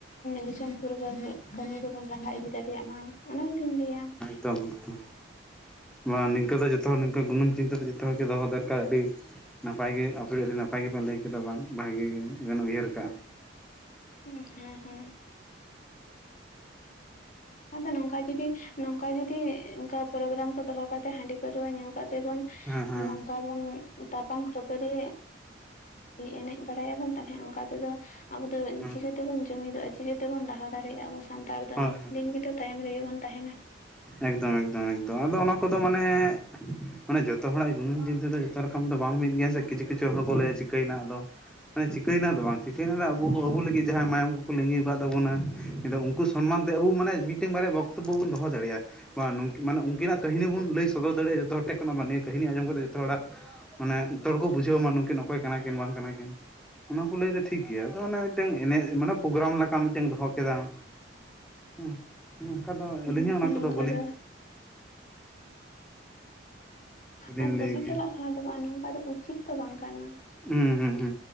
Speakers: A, on the left; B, in the centre.
A: ᱫᱤᱥᱚᱢ ᱯᱷᱩᱨᱜᱟᱹᱞ ᱠᱟᱹᱢᱤ ᱨᱮᱵᱚᱱ ᱞᱟᱦᱟ ᱤᱫᱤ ᱫᱟᱲᱮᱭᱟᱜ ᱢᱟ ᱚᱱᱟᱱᱟᱜᱤᱧ ᱞᱟᱹᱭᱟ
B: ᱮᱠᱫᱚᱢ ᱮᱠᱫᱚᱢ ᱵᱟ ᱱᱤᱝᱠᱟᱹ ᱫᱚ ᱡᱚᱛᱚ ᱦᱚᱲ ᱱᱤᱝᱠᱟᱹ ᱜᱩᱱᱟᱹᱱ ᱪᱤᱱᱛᱟᱹ ᱫᱚ ᱡᱚᱛᱚ ᱦᱚᱲ ᱜᱮ ᱫᱚᱦᱚ ᱫᱚᱨᱠᱟᱨ ᱟᱹᱰᱤ ᱱᱟᱯᱟᱭ ᱜᱮ ᱟ. ᱵᱤ ᱟᱹᱰᱤ ᱱᱟᱯᱟᱭ ᱜᱮᱵᱮᱱ ᱞᱟᱹᱭ ᱠᱮᱫᱟ ᱵᱟᱝ ᱵᱷᱟᱹᱜᱤ ᱜᱮᱵᱱ ᱩᱭᱦᱟᱹᱨ ᱠᱟᱜᱼᱟ
A: ᱦᱩᱸ ᱦᱩᱸ ᱦᱩᱸ ᱟᱫᱚ ᱱᱚᱝᱠᱟ ᱡᱩᱚᱫᱤ ᱱᱚᱝᱠᱟ ᱡᱩᱚᱫᱤ ᱚᱱᱠᱟ ᱯᱨᱳᱜᱨᱟᱢ ᱠᱚ ᱫᱚᱦᱚ ᱠᱟᱛᱮ ᱦᱟᱺᱰᱤ ᱯᱟᱹᱨᱟᱹᱣᱨᱟᱹ ᱧᱩ ᱠᱟᱛᱮ ᱾ ᱵ
B: ᱦᱮᱸ ᱦᱮᱸ
A: ᱱᱚᱝᱠᱟ ᱚᱱ ᱛᱟᱯᱟᱢ ᱠᱷᱟᱹᱯᱟᱹᱨᱤ ᱮᱱᱮᱡ ᱵᱟᱲᱟᱭᱟᱵᱚᱱ ᱛᱟᱦᱮᱸᱫ ᱚᱱᱠᱟ ᱛᱮᱫᱚ ᱾ ᱟᱵᱚ ᱫᱚ
B: ᱦᱮᱸ
A: ᱪᱤᱠᱟᱹᱛᱮᱵᱚᱱ ᱡᱩᱢᱤᱫᱚᱜᱼᱟ ᱪᱤᱠᱟᱹᱛᱮᱵᱚᱱ ᱞᱟᱦᱟ ᱫᱟᱲᱮᱭᱟᱜᱼᱟ ᱟᱵᱚ ᱥᱟᱱᱛᱟᱲ ᱫᱚ
B: ᱦᱳᱭ ᱦᱳᱭ
A: ᱾ ᱫᱤᱱ ᱜᱮᱛᱚ ᱛᱟᱭᱚᱢ ᱨᱮᱜᱮ ᱵᱚᱱ ᱛᱟᱦᱮᱱᱟ ᱾
B: ᱮᱠᱫᱚᱢ ᱮᱠᱫᱚᱢ ᱮᱠᱫᱚᱢ ᱟᱫᱚ ᱚᱱᱟ ᱠᱚᱫᱚ ᱢᱟᱱᱮ ᱾ ᱢᱟᱱᱮ ᱡᱚᱛᱚ ᱦᱚᱲᱟᱜ ᱜᱩᱱᱟᱹᱢ ᱪᱤᱱᱛᱟᱹ ᱫᱚ ᱡᱚᱛᱚ ᱨᱚᱠᱚᱢ ᱫᱚ ᱵᱟᱝ ᱢᱤᱫ ᱜᱮᱭᱟ ᱥᱮ ᱠᱤᱪᱷᱩ ᱠᱤᱪᱷᱩ ᱦᱚᱲ ᱠᱚ ᱞᱟᱹᱭᱟ ᱪᱤᱠᱟᱹᱭ ᱨᱮᱱᱟᱜ ᱫᱚ ᱾ ᱢᱟᱱᱮ ᱪᱤᱠᱟᱹᱭᱱᱟ ᱫᱚ ᱵᱟᱝ ᱪᱤᱠᱟᱹᱭᱱᱟ ᱟᱵᱚ ᱟᱵᱚ ᱞᱟᱹᱜᱤᱫ ᱡᱟᱦᱟᱸᱭ ᱢᱟᱭᱟᱢ ᱠᱚᱠᱚ ᱞᱤᱜᱤ ᱟᱠᱟᱫ ᱛᱟᱵᱚᱱᱟ ᱾ ᱩᱱᱠᱩ ᱥᱚᱱᱢᱟᱱ ᱛᱮ ᱟᱵᱚ ᱢᱟᱱᱮ ᱢᱤᱫᱴᱮᱱ ᱵᱟᱨᱭᱟ ᱵᱚᱠᱛᱚᱵᱵᱚ ᱵᱚᱱ ᱫᱚᱦᱚ ᱫᱟᱲᱮᱭᱟᱜᱼᱟ ᱾ ᱢᱟᱱᱮ ᱩᱱᱠᱤᱱᱟᱜ ᱠᱟᱹᱦᱱᱤ ᱵᱚᱱ ᱞᱟᱹᱭ ᱥᱚᱫᱚᱨ ᱫᱟᱲᱮᱭᱟᱜᱼᱟ ᱡᱚᱛᱚ ᱦᱚᱲ ᱴᱮᱱ ᱠᱷᱚ ᱵᱟ ᱱᱤᱭᱟᱹ ᱠᱟᱹᱦᱱᱤ ᱟᱸᱡᱚᱢ ᱠᱟᱛᱮ ᱡᱚᱛᱚ ᱦᱚᱲᱟᱜ ᱾ ᱢᱟᱱᱮ ᱡᱚᱛᱚ ᱦᱚᱲ ᱠᱚ ᱵᱩᱡᱷᱟᱹᱣ ᱢᱟ ᱱᱩᱠᱤᱱ ᱚᱠᱚᱭ ᱠᱟᱱᱟ ᱠᱤᱱ ᱵᱟᱝ ᱠᱟᱱᱟ ᱠᱤᱱ ᱚᱱᱟ ᱠᱚ ᱞᱟᱹᱭᱫᱟ ᱴᱷᱤᱠ ᱜᱮᱭᱟ ᱟᱫᱚ ᱚᱱᱮ ᱢᱤᱫᱴ ᱮᱱᱮᱡ ᱢᱟᱱᱮ ᱯᱨᱳᱜᱨᱟᱢ ᱞᱮᱠᱟ ᱢᱤᱫᱴᱮᱱ ᱫᱚᱦᱚ ᱠᱮᱫᱟᱢ ᱾ ᱝᱠᱟ ᱫᱚ
A: ᱦᱮᱸ
B: ᱟᱹᱞᱤᱧ ᱦᱚᱸ ᱚᱱᱟ ᱠᱚᱫᱚ
A: ᱚᱱᱠᱟ
B: ᱵᱟᱹᱞᱤᱧ
A: ᱫᱚ
B: ᱵᱟᱹᱞᱤᱧ
A: ᱟᱨ ᱠᱩᱥᱤ
B: ᱞᱟᱹᱭ ᱜᱮᱭᱟ
A: ᱪᱟᱞᱟᱜ ᱠᱷ ᱫᱚ ᱵᱟᱝ ᱱᱚᱝᱠᱟ ᱫᱚ ᱩᱪᱤᱛ ᱾ ᱛᱚ ᱵᱟᱝ ᱠᱟᱱᱟ
B: ᱦᱩᱸ ᱦᱩᱸ ᱦᱩᱸ